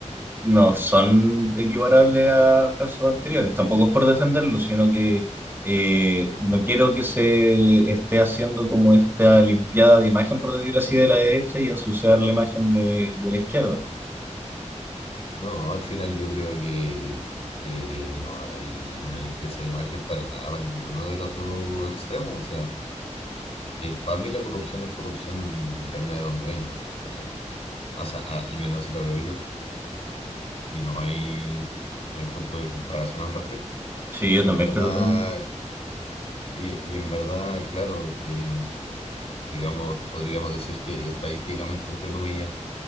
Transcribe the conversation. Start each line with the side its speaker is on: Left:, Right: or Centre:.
Right: no son equiparables a casos anteriores. Tampoco es por defenderlo, sino que eh,
Left: obvio.
Right: no quiero que se esté haciendo como esta limpiada de imagen, por decirlo así, de la derecha y ensuciar la imagen de, de la izquierda.
Left: No, al final yo creo que, que no hay una limpieza de imagen para nada, para ninguno de los dos extremos. O sea, para mí la corrupción es corrupción, venga de donde venga, ¿cachai? O sea, a- al menos así lo veo yo. Y no hay, no hay punto de comparación al respecto.
Right: Sí, yo
Left: Y
Right: también
Left: en verdad,
Right: creo lo mismo,
Left: y, y en verdad, claro, eh, digamos, podríamos decir que estadísticamente, entre comillas,